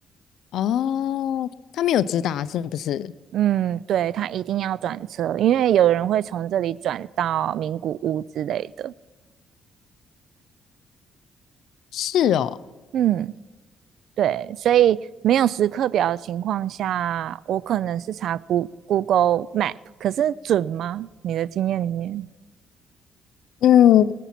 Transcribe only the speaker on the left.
哦，他没有直达是不是？
是哦。
嗯